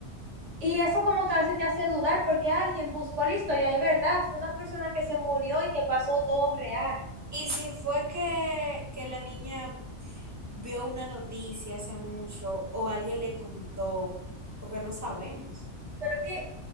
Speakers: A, on the right (about 80°); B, on the right (about 15°).
A: y eso como que a veces te hace dudar porque alguien buscó la historia y verdad, fue una persona que se murió y que pasó todo real.
B: Y si fue que, que la niña vio una noticia hace mucho o alguien le contó, porque no sabemos.
A: Pero que